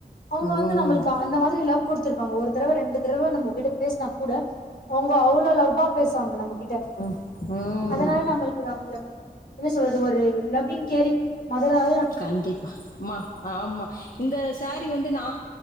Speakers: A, on the left; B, on the left.
A: அவங்க
B: ம்
A: வந்து நம்மளுக்கு அந்த மாதிரி லவ் குடுத்துருக் காங்க ஒரு தடவ ரெண்டு தடவ நம்மகிட்ட பேசுனா கூட அவங்க அவ்ள லவ்வா பேசுவாங்க நம்ம கிட்ட
B: ம் ம்
A: அதனால நம்மளுக்கு அவங்கள என்ன சொல்றது ஒரு லவ்விங் கேரிங் மதரா
B: கண்டிப்பா மா ஆமா இந்த சேரி வந்து நா